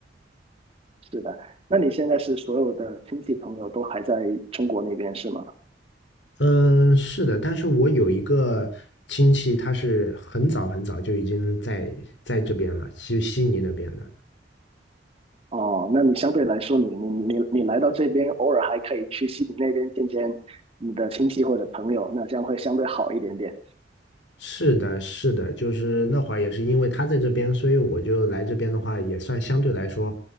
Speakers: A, on the right (about 35°); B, on the left (about 80°).
A: 是的，那你现在是所有的亲戚朋友都还在中国那边是吗？
B: 嗯，是的，但是我有一个亲戚，他是很早很早就已经在在这边了，就悉尼那边的。
A: 哦，那你相对来说，你你你你来到这边，偶尔还可以去悉尼那边见见你的亲戚或者朋友，那这样会相对好一点点。
B: 是的，是的，就是那会儿也是因为他在这边，所以我就来这边的话，也算相对来说